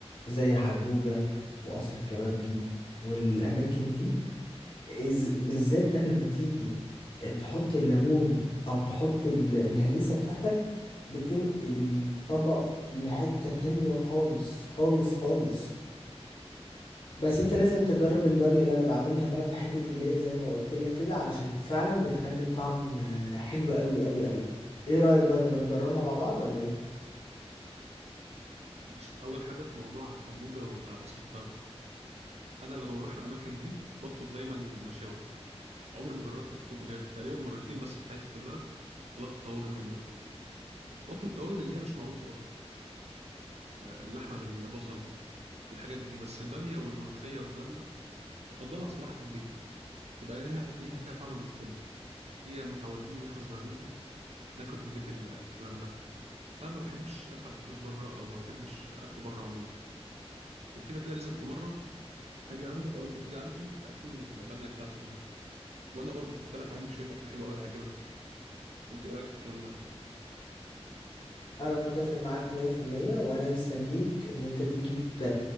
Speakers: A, on the left; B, on the right.
A: زي حجوجة وقصر الكبابجي والأماكن دي إز بالذات بقى لما تيجي آه، تحط الليمون او تحط ال- الهريسة بتاعتك بتنقل الطبق لحتة تانية خالص خالص خالص بس انت لازم تجرب البامية اللي انا بعملها بقى بحتة اللي هي زي ما قلت لك كده علشان فعلا بتخلي الطعم آه، حلو قوي قوي قوي ايه رأيك بقى نبقى نجربها مع بعض ولا ايه
B: بص اول حاجه في موضوع حجوجه وقصر الكبابجي انا لما بروح الاماكن دي بطلب دايما مشاوي عمري ما جربت اطلب غير تقريبا مرتين بس في حياتي كلها طلبت طواجن منه بطلب طواجن اللي هي مش معروفه قوي اللحمه بالبصل الحاجات دي بس الباميه والملوخيه والكلام ده بفضلها الصراحه في البيت يبقى ليها ليها كده طعم بيت حلو هي متعودين من واحنا صغيرين ناكل في البيت ال- الكلام ده فما بحبش ادفع فيه فلوس بره او ما بحبش اكله بره عموما وكده كده لازم في مره هاجي عندك او انت تيجي عندي تاكلني الباميه بتاعتك دي وانا برضو خد بالك عندي شويه اكل حلو قوي هيعجبك انت ايه رايك في الكلام ده
A: انا متفق معاك 100% وانا مستنيك ان انت تيجي ت...